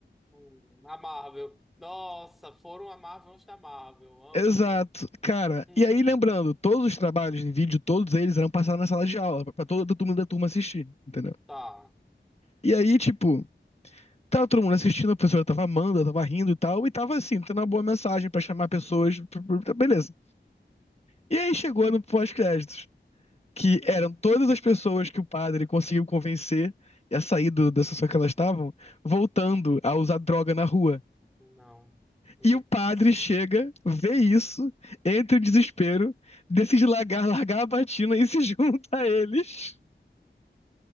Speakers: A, in the centre; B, on the left.
A: hum, a Marvel. Nossa, foram a Marvel antes da Marvel. Amo.
B: Exato, cara.
A: Hum,
B: E aí, lembrando, todos os trabalhos em vídeo, todos eles eram passados na sala de aula, pra toda a turma da turma assistir, entendeu?
A: tá.
B: E aí, tipo, Tava todo mundo assistindo, a professora tava amando, tava rindo e tal, e tava assim, tendo uma boa mensagem pra chamar pessoas, pra- pra- pra- beleza. E aí chegou no pós-créditos, que eram todas as pessoas que o padre conseguiu convencer a sair do- da situação que elas estavam, voltando a usar droga na rua.
A: Não. Meu
B: E o padre
A: Deus.
B: chega, vê isso, entra em desespero, decide largar, largar a batina e se <laughs> junta a eles.